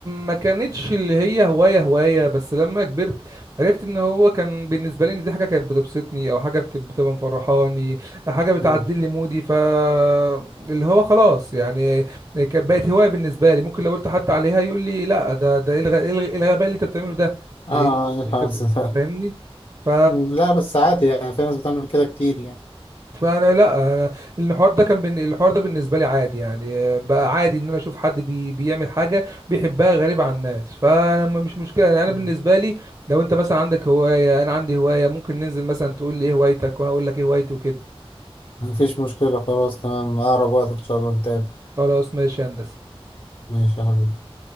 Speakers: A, on the right; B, on the left.
A: ما كانتش اللي هي هواية هواية بس لما كبرت عرفت ان هو كان بالنسبة لي ان دي حاجة كانت بتبسطني او حاجة بت- بتبقى مفرحاني حاجة بتعدل
B: مم.
A: لي مودي ف اللي هو خلاص يعني كانت بقت هواية بالنسبة لي ممكن لو قلت حد عليها يقول لي لا ده ده ايه الغ- إيه الغ- إيه الغباء اللي انت بتعمله ده
B: اه
A: إيه اللي
B: الحارس
A: انت ب-
B: ده
A: فاهمني ف
B: مم، <laughs> لا بس عادي يعني في ناس بتعمل كده كتير يعني
A: فانا لا أنا الحوار ده كان بن... الحوار ده بالنسبه لي عادي يعني آه، بقى عادي ان انا اشوف حد بي... بيعمل حاجه بيحبها غريبه عن الناس فما مش مشكله يعني انا
B: مم.
A: بالنسبه لي لو انت مثلا عندك هوايه انا عندي هوايه ممكن ننزل مثلا تقول لي ايه هوايتك وانا اقول لك ايه هوايتي وكده
B: مفيش مشكلة خلاص تمام أقرب وقت إن شاء الله نتقابل
A: خلاص ماشي يا هندسه
B: ماشي يا حبيبي